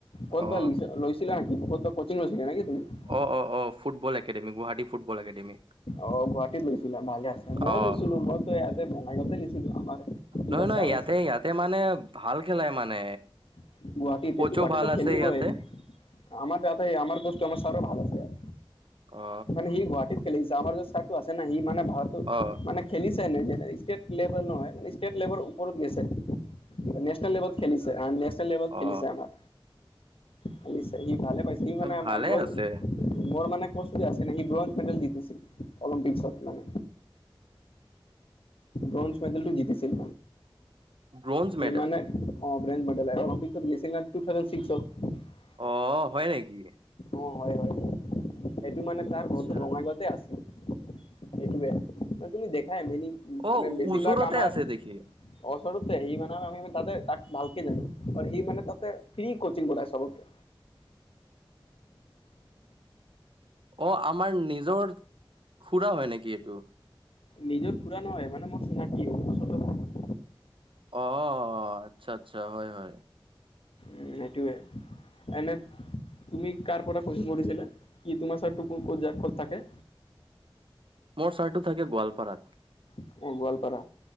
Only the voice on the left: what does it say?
ক'তবা
লৈছিলা নেকি ক'তবা কচিং লৈছিলা নেকি তুমি?
অ গুৱাহাটীত লৈছিলা ভালে আছে মইও
লৈছিলোঁ মইতো ইয়াতে বঙাইগাঁৱতে লৈছিলোঁ আমাৰ। কিবা
চাল
আছে
গুৱাহাটীতে
গুৱাহাটীত
খেলিবই
আমাৰ তাতে আমাৰ কোচটো আমাৰ ছাৰো ভাল। আছে ইয়াত
মানে সি গুৱাহাটীত খেলিছে আমাৰ যে ছাৰটো আছে না সি মানে ভাল
খেলিছে এনে যেনে ষ্টেট লেভেল নহয় মানে ষ্টেট লেভেল ওপৰত গৈছে। নেচনেল লেভেল খেলিছে নেচনেল লেভেল খেলিছে
আমাৰ খেলিছে সি ভালে পাইছে সি মানে। <unintelligible>
মোৰ মানে কোচটো আছিল <unintelligible> সি ব্ৰঞ্জ মেডেল জিতিছিল অলিম্পিকসত মানে। ব্ৰঞ্জ মেডেলটো জিতিছিল
সি
মানে। অ ব্ৰঞ্জ মেডেল অলিম্পিকত গৈছিল তুথাউজেণ্ডছিক্সট।
অ হয়, হয় সেইটো মানে তাৰ
ঘৰটো বঙাইগাঁৱতে আছিল। সেইটোৱে তুমি দেখাই
মানে বেছিভাগ
আমাৰ।
ওচৰতে সি মানে আমি তাতে তাক ভালকে জানোঁ আৰু সি মানে তাতে ফ্ৰী কচিং কৰাই চবকে।
নিজৰ খুৰা নহয় মানে মই চিনাকি ওচৰত থাকে।
উম সেইটোৱে এনে। তুমি কাৰ পৰা কচিং কৰিছিলা কি তোমাৰ ছাৰটো ক'ত থাকে?
অ গোৱালপাৰা